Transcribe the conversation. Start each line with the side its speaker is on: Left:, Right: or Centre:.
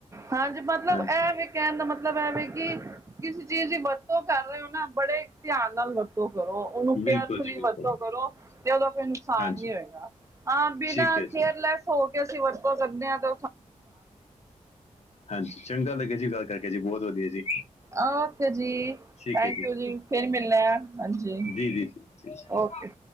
Right: ਹਾਂਜੀ ਮਤਲਬ
Left: ਹਾਂਜੀ।
Right: ਇਹ ਵੀ ਕਹਿਣ ਦਾ ਮਤਲਬ ਹੈਵੇ ਕਿ ਕਿਸੇ ਚੀਜ਼ ਦੀ ਵਰਤੋਂ ਕਰ ਰਹੇ ਹੋ ਨਾ, ਬੜੇ ਧਿਆਨ ਨਾਲ ਵਰਤੋਂ ਕਰੋ। ਉਹਨੂੰ
Left: ਬਿਲਕੁਲ
Right: ਕੇਅਰਫੁਲੀ
Left: ਜੀ ਬਿਲਕੁਲ
Right: ਵਰਤੋਂ ਕਰੋ ਤੇ ਉਹਦਾ ਕੋਈ ਨੁਕਸਾਨ
Left: ਹਾਂਜੀ
Right: ਨੀ ਹੋਏਗਾ। ਹਾਂ ਬਿਨਾਂ
Left: ਠੀਕ ਹੈ
Right: ਕੇਅਰਲੈਸ
Left: ਜੀ
Right: ਹੋ ਕੇ ਅਸੀਂ ਵਰਤੋਂ ਕਰਦੇ ਹਾਂ ਤੇ
Left: ਹਾਂਜੀ ਚੰਗਾ ਲੱਗਿਆ ਜੀ ਗੱਲ ਕਰਕੇ ਜੀ। ਬਹੁਤ ਵਧੀਆ ਜੀ।
Right: ਓਕੇ ਜੀ।
Left: ਠੀਕ
Right: ਥੈਂਕ ਯੂ ਜੀ। ਫਿਰ ਮਿਲਣਾ ਆ। ਹਾਂਜੀ।
Left: ਜੀ-ਜੀ। ਜੀ-ਜੀ।
Right: ਓਕੇ